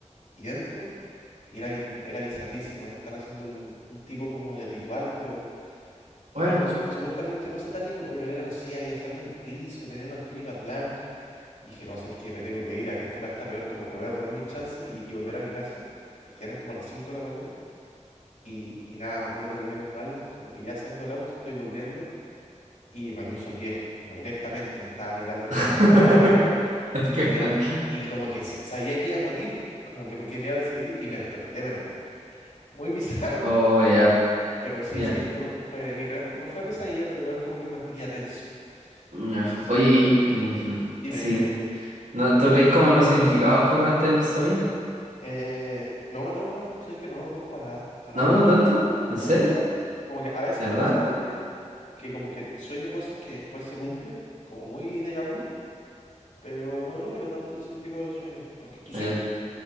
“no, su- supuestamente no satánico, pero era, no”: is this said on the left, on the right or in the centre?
Left